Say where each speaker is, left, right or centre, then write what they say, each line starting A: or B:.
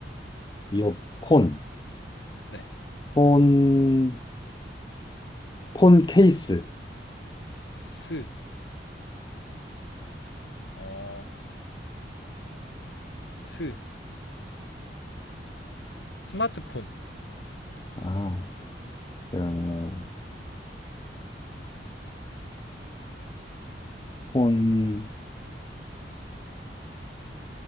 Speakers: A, on the left; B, on the left.
A: 이어폰, 폰,
B: 네.
A: 폰 폰 케이스.
B: 스, 어, 스, 스마트폰.
A: 아, 그러면, 폰,